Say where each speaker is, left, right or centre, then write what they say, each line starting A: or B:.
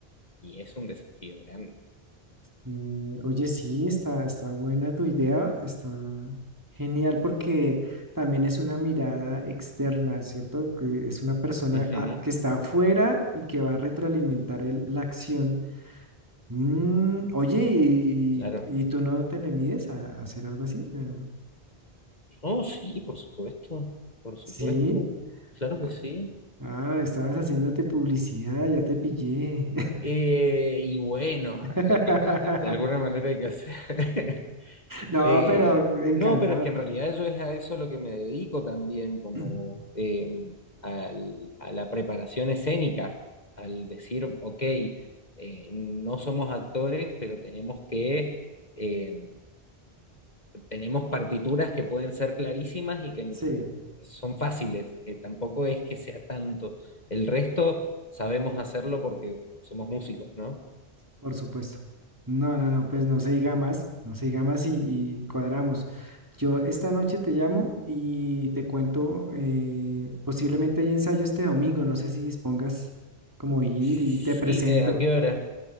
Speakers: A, on the left; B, on the right.
A: y es un desafío grande.
B: Eh, oye, sí, está, está buena tu idea, está genial porque también es una mirada externa, ¿cierto? Que es una persona
A: Ujú,
B: ah, que está afuera y que va a retroalimentar el- la acción. Mm, oye, ¿y,
A: claro.
B: y- y tú no te le mides a, a hacer algo así? Ah,
A: Oh, sí, por supuesto, por supuesto,
B: Sí.
A: claro
B: Ah,
A: que sí.
B: ah, estabas haciéndote publicidad, ya te pillé.
A: Eh, y bueno,
B: <laughs>
A: hay que, a- a- de alguna manera hay que hacer. <laughs>
B: No,
A: Eh,
B: pero encantado.
A: no, pero es que en realidad yo es a eso lo que me dedico también, como
B: <clears throat>
A: eh, al- a la preparación escénica, al decir, ok, eh, no somos actores, pero tenemos que, eh, tenemos partituras que pueden ser clarísimas y que
B: Sí.
A: son fáciles, que tampoco es que sea tanto. El resto sabemos hacerlo porque somos músicos, ¿no?
B: Por supuesto. No, no, no, pues no se diga más, no se diga más y, y cuadramos. Yo esta noche te llamo y te cuento, eh, posiblemente hay ensayo este domingo, no sé si dispongas como ir
A: Sí,
B: y te presento.
A: eh, ¿a qué hora?